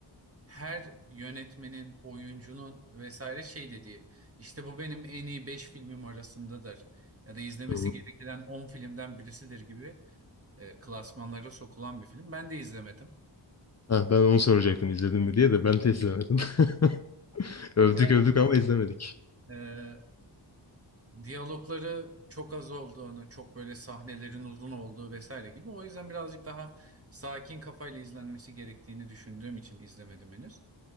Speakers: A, on the right; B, on the left.
A: her yönetmenin, oyuncunun vesaire şey dediği işte bu benim en iyi 5 filmim arasındadır ya da izlemesi
B: Hı hı.
A: gereken 10 filmden birisidir gibi e, klasmanlara sokulan bir film. Ben de izlemedim.
B: Ha, ben onu soracaktım izledim mi diye de ben de izlemedim. <laughs> Övdük
A: Ya Biraz
B: övdük
A: riskli.
B: ama izlemedik.
A: Ee, diyalogları çok az olduğunu, çok böyle sahnelerin uzun olduğu vesaire gibi. O yüzden birazcık daha sakin kafayla izlenmesi gerektiğini düşündüğüm için izlemedim henüz.